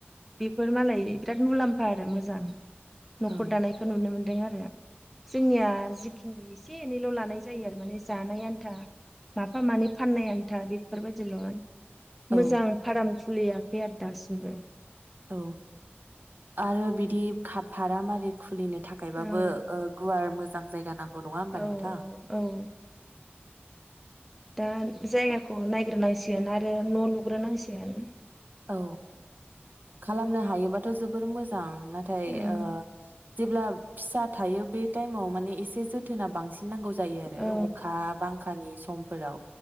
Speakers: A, in the centre; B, on the right.
A: बिफोर मालाय बिराद मुलामा आरो मोजां। न'खर
B: औ
A: दानाय खौ नुनो मोन्दों आरो‌। जोंनिया जिखिनि एसे एनैल' लानाय जायो आरो माने जानाय आन्था माफा मानै फाननाय आन्था बेफोर बायदिल' आनो
B: औ
A: मोजां फाराम खुलियाखै आरो दासिमबो।
B: औ आरो बिदि खा फारामारि खुलिनो थाखायबाबो
A: औ
B: ओ गुवार मोजां जायगा नांगौ नङा होमबा
A: औ
B: नोंथां?
A: औ दा जायगाखौ नायग्रोनांसिगोन आरो न' लुग्रोनांसिगोन।
B: औ खालामनो हायोबाथ' जोबोर मोजां नाथाय
A: ओं ओं
B: ओ जेब्ला फिसा थायो बे टाइमाव माने एसे जोथोना बांसिन नांगौ जायो आरो
A: औ
B: अखा बांखानि समफोराव